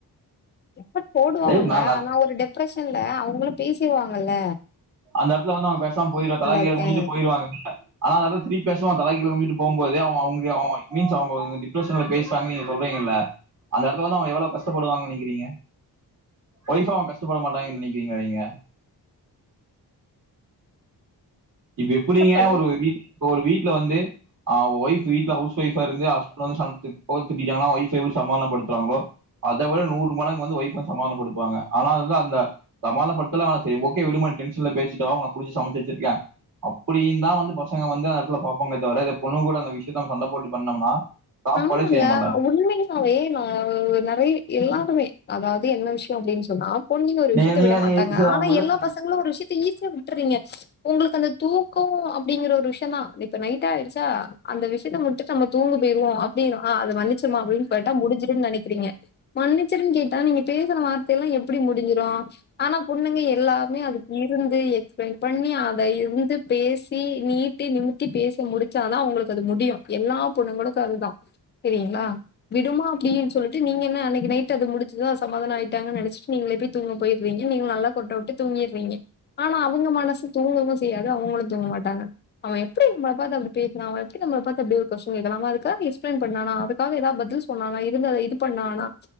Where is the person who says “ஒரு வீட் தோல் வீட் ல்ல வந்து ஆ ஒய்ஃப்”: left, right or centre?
Right